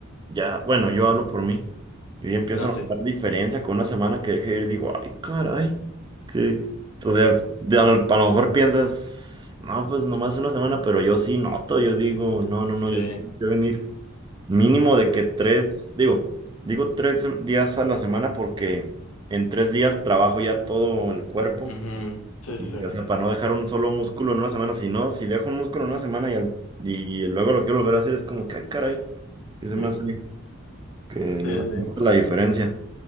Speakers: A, on the right (about 20°); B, on the left (about 85°).
A: Ya, bueno, yo hablo por mí. Yo ya empiezo
B: No,
A: a notar
B: sí,
A: diferencia con una semana que dejé de ir, digo, ay, caray, que, o sea, de- a lo a lo mejor piensas, no, pues nomás una semana, pero yo sí noto, yo digo, no, no,
B: sí.
A: no, yo sí tengo que venir mínimo de que tres, digo, digo tres días a la semana porque en tres días trabajo ya todo el cuerpo
B: ujú, Sí,
A: y,
B: sí, sí,
A: o sea, para no dejar un solo músculo en una semana, si no, si dejo un músculo en una semana y, al- y luego lo quiero volver a hacer, es como que, ay, caray, que se
B: sí,
A: me hace que
B: sí,
A: no-
B: sí.
A: nota
B: sí.
A: la diferencia.